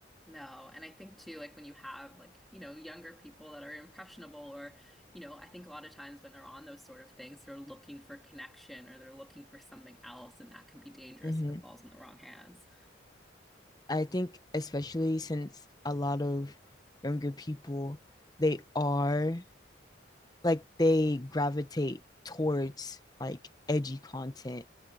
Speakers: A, in the centre; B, on the left.
A: No, and I think too, like when you have like, you know, younger people that are impressionable or, you know, I think a lot of times when they're on those sort of things, they're looking for connection or they're looking for something else, and that can be dangerous
B: hmm
A: if it falls in the wrong hands.
B: I think especially since a lot of younger people they are like they gravitate towards like edgy content